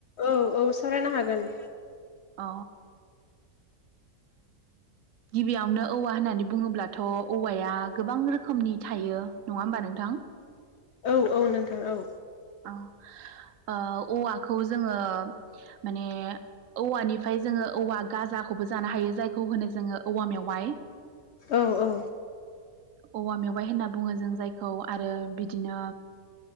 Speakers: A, on the left (about 65°); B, on the right (about 65°).
A: औ औ सावरायनो हागोन।
B: अ गिबियावनो औवा होननानै बुङोब्लाथ' औवाया गोबां रोखोम रोखोमनि थायो नङा होमबा नोंथां?
A: औ औ नोंथां औ।
B: ओ औवाखौ जोङो माने औवानिफ्राय जोङो औवा गाजाखौबो जानो हायो जायखौ होनो जोङो औवा मेवाइ।
A: औ औ
B: औवा मेवाइ होनना बुङो जों जायखौ आरो बिदिनो